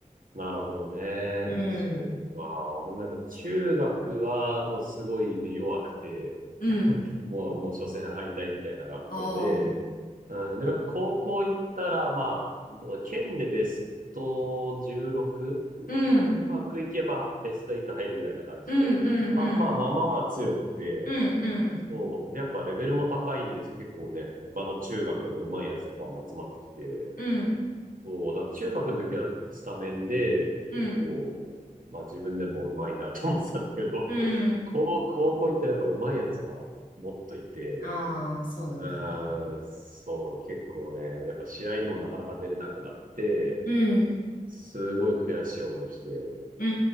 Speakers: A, on the right (about 75°); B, on the left (about 80°).
A: なるほどね。
B: うん、
A: そうか。俺もやっぱ中学はもうすごいね、弱くて。
B: うん、
A: もう、もう初戦敗退みたいな学校で、
B: ああ、
A: うん、でもやっぱ高校行ったら、まあ、どうだ県でベスト16、う
B: うん、
A: うまくいけばベスト8入るぐらいな感じで、
B: うん、うん、
A: まあまあまあまあまあ強くて、
B: うん、うん、
A: そう。で、やっぱレベルも高いんです。結構ね、他の中学の上手いやつとかも集まってきて、
B: うん、うん、
A: そう。だから中学の時はスタメンで、結構、
B: うん。
A: まあ自分でも上手いなと思ってたんだけど、
B: うん
A: <laughs> 高高校行ったらやっぱ上手いやつがもっといて、
B: ああ、そうだったんだ。
A: うーん、そう、結構ね、やっぱ試合にもなかなか出れなくなって、
B: うん、
A: すごい悔しい思いして、
B: う